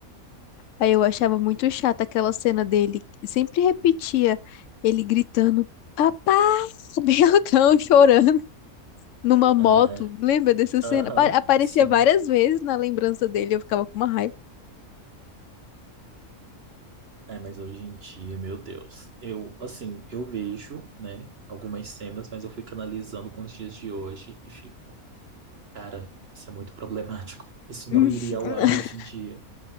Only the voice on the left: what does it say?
Aí eu achava muito chata aquela cena dele. Sempre repetia ele gritando, papai, <laughs> bem altão, chorando numa moto.
Lembra dessa cena?
Pa- Aparecia
várias vezes na lembrança dele, eu ficava com uma raiva.
<laughs>